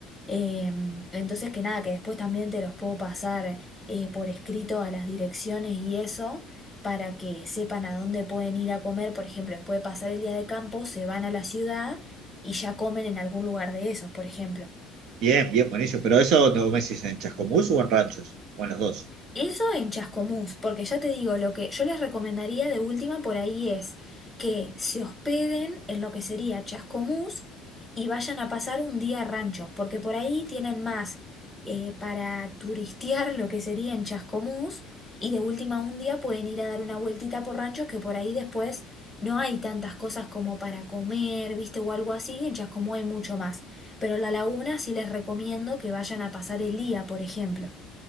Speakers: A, in the centre; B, on the right.
A: Eh, entonces, que nada, que después también te los puedo pasar eh, por escrito a las direcciones y eso, para que sepan a dónde pueden ir a comer. Por ejemplo, después de pasar el día de campo, se van a la ciudad y ya comen en algún lugar de esos, por ejemplo.
B: Bien, bien, buenísimo. Pero eso no me decís en Chascomús o en ranchos, o en los dos.
A: Eso en Chascomús, porque ya te digo, lo que yo les recomendaría de última por ahí es que se hospeden en lo que sería Chascomús y vayan a pasar un día a rancho, porque por ahí tienen más eh, para turistear lo que sería en Chascomús y de última un día pueden ir a dar una vueltita por ranchos que por ahí después no hay tantas cosas como para comer, viste, o algo así, en Chascomús hay mucho más, pero la laguna sí les recomiendo que vayan a pasar el día, por ejemplo.